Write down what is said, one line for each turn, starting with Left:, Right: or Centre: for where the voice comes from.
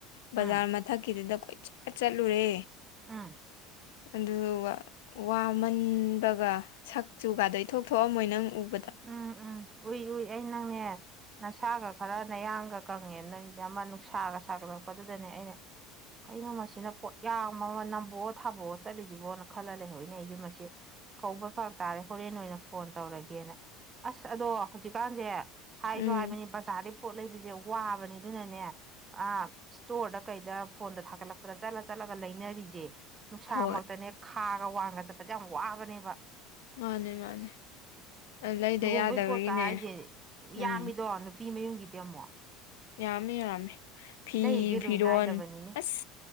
Right: ꯎꯝ
Left: ꯕꯖꯥꯔ ꯃꯊꯛꯀꯤꯗꯨꯗ ꯀꯈꯣꯏ ꯆꯠ ꯆꯠꯂꯨꯔꯦ
Right: ꯎꯝ
Left: ꯑꯗꯨ ꯋꯥꯃꯟꯕꯒ ꯁꯛꯆꯨꯒꯗꯩ ꯊꯣꯛ ꯊꯣꯛꯑꯝꯃꯣꯏ ꯅꯪ ꯎꯕꯗ
Right: ꯎꯝ ꯎꯝ ꯎꯏ ꯎꯏ ꯑꯩ ꯅꯪꯅꯦ ꯅꯁꯥꯒ ꯈꯔ ꯅꯌꯥꯡꯒ ꯀꯪꯉꯦ ꯅꯣꯏ ꯑꯃ ꯅꯨꯡꯁꯥꯒ ꯁꯥꯒꯠ ꯇꯧꯔꯛꯄꯗꯨꯗꯅꯦ ꯑꯩꯅ ꯀꯩꯅꯣ ꯃꯁꯤꯅ ꯄꯣꯠ ꯌꯥꯝꯕꯃ ꯅꯝꯝꯕꯑꯣ ꯊꯥꯕꯣꯛꯑꯣ ꯆꯠꯂꯤꯁꯤꯕꯣꯅ ꯈꯜꯂ ꯂꯩꯍꯖꯤꯅꯦ ꯑꯩꯁꯨ ꯃꯁꯤ ꯀꯧꯕ ꯐꯥ ꯇꯥꯔꯦ ꯍꯣꯔꯦꯟ ꯑꯣꯏꯅ ꯐꯣꯟ ꯇꯧꯔꯒꯦꯅ ꯑꯁ ꯑꯗꯣ ꯍꯧꯖꯤꯛꯀꯥꯟꯁꯦ ꯍꯥꯏꯁꯨ
Left: ꯎꯝ
Right: ꯍꯥꯏꯕꯅꯤ ꯕꯖꯥꯔꯗ ꯄꯣꯠ ꯂꯩꯕꯁꯦ ꯋꯥꯕꯅꯦ ꯑꯗꯨꯅꯅꯦ ꯑ ꯏꯁꯇꯣꯔꯗ ꯀꯩꯗ ꯐꯣꯟꯗ ꯊꯥꯒꯠꯂꯛꯄꯗ ꯆꯠꯂꯠ ꯆꯠꯂꯒ ꯂꯩꯅꯔꯤꯁꯦ ꯅꯨꯡꯁꯥꯃꯛꯇꯅꯦ
Left: ꯍꯣꯏ
Right: ꯈꯥꯒ ꯋꯥꯡꯒ ꯆꯠꯄꯁꯦ ꯌꯥꯝ ꯋꯥꯕꯅꯦꯕ
Left: ꯃꯥꯅꯦ ꯃꯥꯅꯦ ꯂꯩꯗ
Right: ꯂꯨꯍꯣꯡꯕꯩ
Left: ꯌꯥꯗꯕꯒꯤꯅꯦ
Right: ꯄꯣꯠꯀ ꯍꯥꯏꯁꯦ
Left: ꯎꯝ
Right: ꯌꯥꯝꯃꯤꯗꯣ ꯅꯨꯄꯤ ꯃꯌꯨꯝꯒꯤꯗꯤ ꯑꯃꯨꯛ
Left: ꯌꯥꯝꯃꯤ ꯌꯥꯝꯃꯤ ꯐꯤ
Right: ꯂꯩꯔꯤꯒꯩ ꯂꯣꯏ
Left: ꯐꯤꯔꯣꯜ
Right: ꯅꯥꯏꯗꯕꯅꯤꯅꯦ
Left: ꯑꯁ